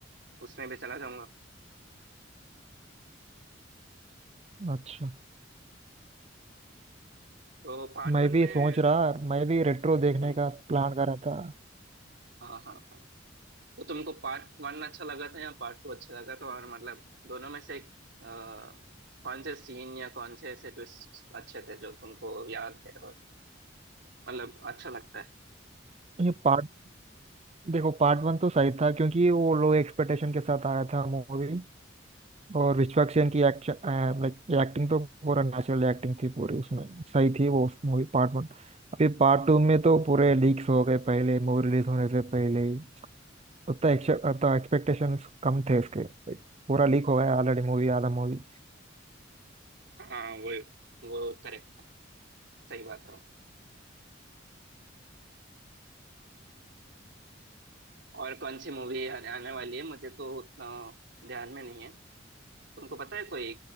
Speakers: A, on the right; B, on the right.
A: उसमें भी चला जाऊंगा
B: अच्छा
A: तो पार्ट
B: मैं
A: वन
B: भी
A: में
B: सोच रहा मैं भी रेट्रो देखने
A: हम्म,
B: का प्लान कर रहा था
A: हाँ हाँ हाँ तो तुमको पार्ट वन अच्छा लगा था या पार्ट टू अच्छा लगा था और मतलब दोनों में से एक, अ, कौन से सीन या कौन से ऐसे ट्विस्ट अच्छे थे जो तुमको याद है और मतलब अच्छा लगता है
B: ये पार्ट देखो पार्ट वन तो सही था क्योंकि वो लो एक्सपेक्टेशन के साथ आया था मूवी और विश्वक सेन की एक्ट लाइक एक्टिंग तो पूरा नेचुरल एक्टिंग थी पूरी उसमें सही थी वो मूवी पार्ट वन अभी पार्ट टू में तो पूरे लीक्स हो गए पहले मूवी रिलीज होने से पहले ही उतना उतना एक्सपेक्टेशंस कम थे उसके like, पूरा लीक हो गया ऑलरेडी मूवी आधा मूवी
A: हाँ वो वो करेक्ट सही बात है और कौन सी मूवी आने वाली है मुझे तो उतना ध्यान में नहीं है तुमको पता है कोई